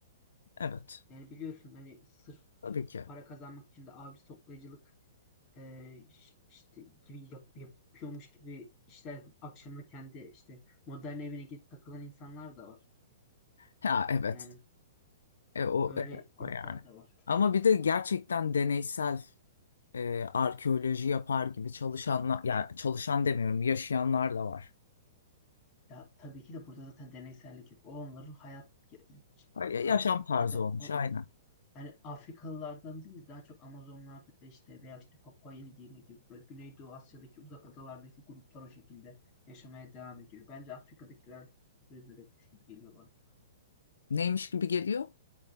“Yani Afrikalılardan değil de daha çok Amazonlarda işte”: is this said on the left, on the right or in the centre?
Left